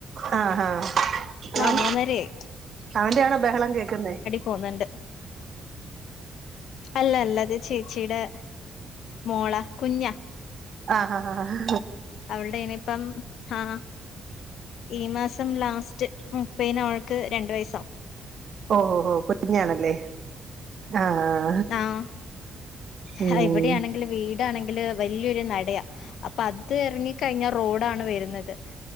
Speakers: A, on the right; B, on the left.
A: ആഹ് ഹാ അവൻ
B: ആഹ് മൂന്നരയായി
A: അവന്റെയാണോ ബഹളം കേക്കുന്നെ?
B: കോൺവെന്റ് അല്ലല്ലത് ചേച്ചീടെ മോളാ കുഞ്ഞാ
A: ആഹ് ഹാ ഹാ ആഹ്
B: അവൾടെനിപ്പം ഹാ ഈ മാസം ലാസ്റ്റ് മുപ്പേയിന് അവൾക്ക് രണ്ട് വയസാവും
A: ഓഹ് ഹോ കുഞ്ഞാണല്ലേ ആഹ് ആഹ്
B: ആഹ്
A: ഉം
B: ഹാ ഇവിടെയാണെങ്കില് വീടാണെങ്കി ങ്കില് വല്ല്യൊരു നടയാ അപ്പത് എറങ്ങി കഴിഞ്ഞാ റോഡാണ് വെരുന്നത്